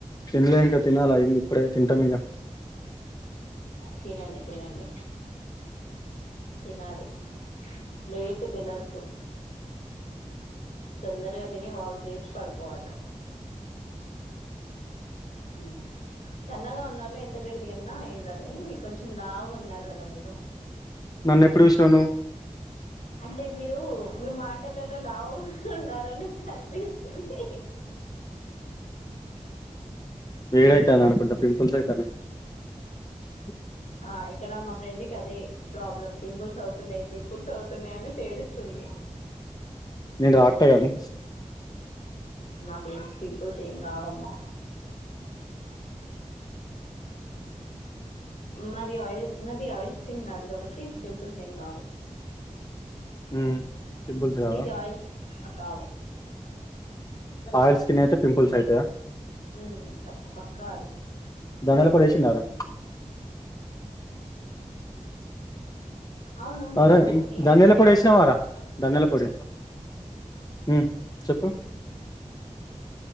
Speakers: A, on the left (about 30°); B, on the left (about 65°).
A: తిన్లే ఇంక తినాలి అయింది ఇప్పుడే తింటా మీకా
B: తినండి తినండి తినాలి లేేట్ తిన్నోదు తొందరగా తిని వాక్ చేసి పడుకోవాలి ఆ సన్నగా ఉన్నళ్ళు ఎంత లేటుగా తిన్నా ఏం కాదు కానీ కొంచెం లావుగా ఉన్నారు కదా మీరు
A: నన్ను ఎప్పుడు చూసినావు నువ్వు
B: అంటే మీరు మీ మాటలలో లావు ఉన్నారనే అనిపిస్తుందీ
A: వేడితే అని అనుకుంటా పింపుల్స్ అయితనే స
B: ఆ ఇక్కడ మా ఫ్రెండ్ కి అదే ప్రాబ్లమ్ పింపుల్స్ అవుతున్నాయి పింపుల్స్ అవుతున్నాయని చేడుస్తు తుంది
A: నేను రాటా కాని
B: మా ఫేస్ కి పింపుల్స్ ఏం కావమ్మా మాది ఆయిల్ నాది ఆయిల్ స్కిన్ కాదు కాబట్టి పింపుల్స్ ఏం కావు
A: ఉ పింపుల్స్ కావా
B: మీది ఆయిల్స్ కావు
A: ఆక్సి స్కిన్ అయితే పింపుల్స్ అయితాయా
B: ఉ తప్ పక్క అది
A: ధనియాల పొడి
B: అవుతాయి
A: వేసిండారా
B: అవును మీరు
A: అరేయ్
B: ఏమేం
A: ధనియాల పొడి వేసినా వార ధనియాల పొడి ఆ చెప్పు